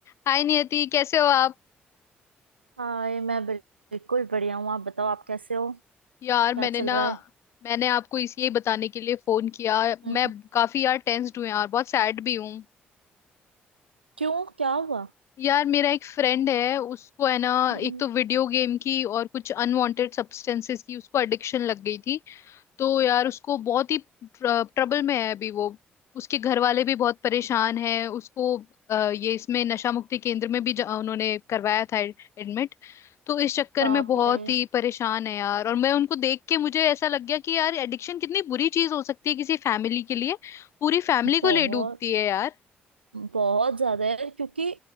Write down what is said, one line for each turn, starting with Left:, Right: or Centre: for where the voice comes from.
Left: हाय नियति कैसे हो आप
Right: हाय मैं बिल- बिल्कुल बढ़िया हूँ आप बताओ आप कैसे हो
Left: यार मैंने
Right: क्या चल
Left: ना
Right: रहा है
Left: मैंने आपको इसलिए बताने के लिए फोन किया
Right: हम्म
Left: मैं काफी यार टेंस्ड हूँ यार बहुत सैड भी हूँ
Right: क्यों क्या हुआ
Left: यार मेरा एक फ्रेंड है उसको है ना
Right: हम्म
Left: एक तो वीडियो गेम की और कुछ अनवांटेड सब्सटेंसेस की उसको एडिक्शन लग गई थी तो यार उसको बहुत ही ट्रबल में है अभी वो उसके घर वाले भी बहुत परेशान हैं उसको अ, ये इसमें नशा मुक्ति केंद्र में भी ज- उन्होंने करवाया था एडमिट तो इस चक्कर
Right: बाप
Left: में बहुत
Right: रे
Left: ही परेशान है यार और मैं उनको देख के मुझे ऐसा लग गया कि यार एडिक्शन कितनी बुरी चीज हो सकती है किसी फैमिली के लिए पूरी फैमिली को
Right: बहुत
Left: ले डूबती है यार
Right: बहुत ज्यादा है क्योंकि